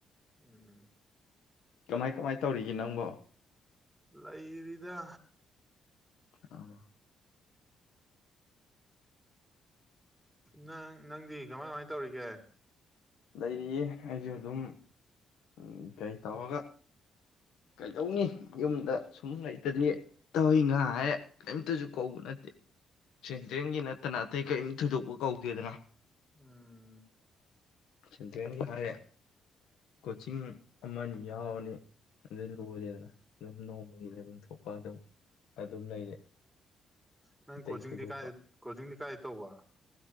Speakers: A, in the centre; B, on the left.
A: ꯎꯝ꯫
B: ꯀꯃꯥꯏ ꯀꯃꯥꯏ ꯇꯧꯔꯤꯒꯦ ꯅꯪꯕꯣ꯫
A: ꯂꯩꯔꯤꯗ꯫
B: <unintelligible>
A: ꯅꯪ ꯅꯪꯗꯤ ꯀꯃꯥꯏ ꯀꯃꯥꯏꯅ ꯇꯧꯔꯤꯒꯦ꯫
B: ꯂꯩꯔꯤꯌꯦ ꯑꯩꯁꯨ ꯑꯗꯨꯝ ꯎꯝ ꯀꯩ ꯇꯧꯔꯒ꯫ ꯀꯩꯗꯧꯅꯤ ꯌꯨꯝꯗ ꯁꯨꯝ ꯂꯩꯇꯗꯤ꯫ ꯊꯕꯛ ꯏꯉꯥ ꯍꯥꯏꯔꯦ ꯀꯔꯤꯝꯇꯁꯨ ꯀꯧꯕ ꯅꯥꯠꯇꯦ꯫ ꯁꯦꯟꯗ꯭ꯔꯦꯡꯒꯤ ꯅꯠꯇꯅ ꯑꯇꯩ ꯀꯔꯤꯝ ꯊꯣꯏꯗꯣꯛꯄ ꯀꯧꯗꯦꯗꯅ꯫
A: ꯎꯝ꯫
B: ꯁꯦꯟꯇ꯭ꯔꯦꯜꯒꯤ ꯍꯥꯏꯔꯦ ꯀꯣꯆꯤꯡ ꯑꯃ ꯌꯥꯎꯔꯅꯤ꯫ ꯑꯗꯩ ꯂꯣꯔꯦꯗꯅ ꯑꯗꯨꯝ ꯅꯣꯡꯃꯒꯤ ꯂꯩꯐꯝ ꯊꯣꯛꯄ ꯑꯗꯨꯝ ꯑꯗꯨꯝ ꯂꯩꯔꯦ꯫
A: ꯅꯪ
B: ꯑꯇꯩ
A: ꯀꯣꯆꯤꯡꯗꯤ
B: ꯊꯣꯏꯗꯣꯛꯄ
A: ꯀꯥꯏ ꯀꯣꯆꯤꯡꯗꯤ ꯀꯥꯏꯗ ꯇꯧꯕ꯫